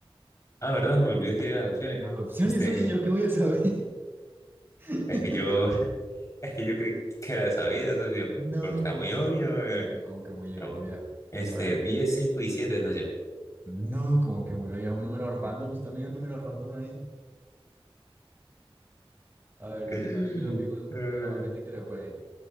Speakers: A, on the left (about 35°); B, on the right (about 25°).
A: Ah, ¿verdad? Me olvidé decir las opciones.
B: Bueno, opciones,
A: Este,
B: eso yo qué voy a saber. <laughs>
A: es que yo, <laughs> es que yo creí que la sabía, socio,
B: No,
A: porque está
B: como
A: muy
B: así,
A: obvia, weón.
B: como que muy obvia.
A: No. Este,
B: A ver.
A: diez, cinco y 7, socio. <gasps>
B: No, como que muy obvia, un número random, usted me dio un número random ahí. A ver,
A: <laughs>
B: de ti, manito, de pingo, tu
A: Eh,
B: Cucaramanga, títere, fue